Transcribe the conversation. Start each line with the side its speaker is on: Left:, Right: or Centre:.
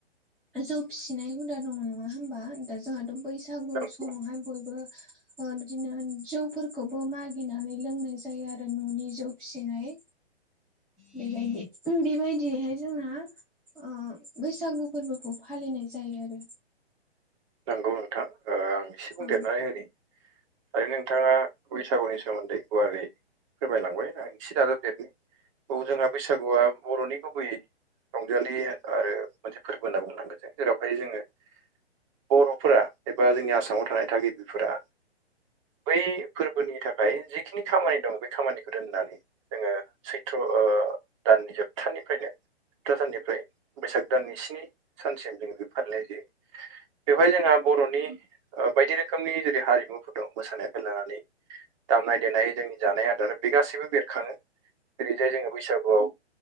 Centre: जौ फिसिनाय हुदा दङ नङा होमबा दा जोंहाथ' बै बैसागु
Right: नंगौ
Centre: समावहाय बयबो बिदिनो जौफोरखौबो मागिनानै लोंनाय जायो आरो न'नि जौ फिसिनाय बेलाय बे बेबायदियैहाय जोंना ओ बैसागु फोरबोखौ फालिनाय जायो आरो
Right: नंगौ नोंथां ओ आं एसे बुंदेरनानै
Centre: औ
Right: होनि ओरैनो नोंथाङा बैसागुनि सोमोन्दै गुवारै फोरमायलांबाय आंसे दाजाबदेरनि औ जोंहा बैसागुआ बर'नि गुबैयै रंजालि आरो मोनसे फोरबो होनना बुंनांगोन जों जेरावहाय जोङो बर'फोरा एबा जोंनि आसामाव थानाय थागिबिफोरा बै फोरबोनि थाखाय जिखिनि खामानि दं बे खामानिखौ दोननानै जोङो सैथ्र' दाननि जोबथानिफ्रायनो साननिफ्राय बैसाग दान स्नि सानसिम जोङो बे फालिनाय जायो बेवहाय जोंहा बर'नि बायदि रोखोमनि जेरै हारिमुफोर दं मोसानायफ्राय लानानै दामनाय देनाय जोंनि जानाय आदारा बे गासैबो बेरखाङो ओरैजाय जोङो बैसागुआव